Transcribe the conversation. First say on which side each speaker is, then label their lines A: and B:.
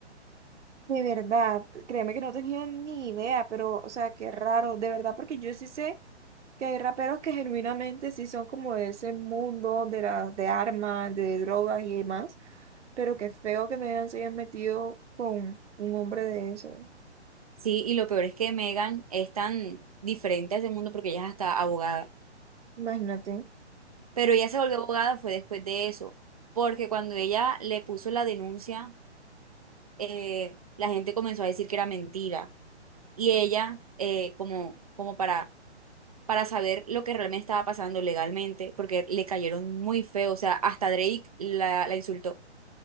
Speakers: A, on the right; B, on the right.
A: de verdad, créeme que no tenía ni idea, pero, o sea, qué raro, de verdad, porque yo sí sé que hay raperos que genuinamente sí son como de ese mundo de las de armas, de drogas y demás, pero qué feo que Megan se haya metido con un hombre de eso.
B: Sí, y lo peor es que Megan es tan diferente a ese mundo porque ella es hasta abogada.
A: Imagínate.
B: Pero ella se volvió abogada fue después de eso, porque cuando ella le puso la denuncia, eh, la gente comenzó a decir que era mentira. Y ella, eh, como, como para para saber lo que realmente estaba pasando legalmente, porque le cayeron muy feo, o sea, hasta Drake la, la insultó.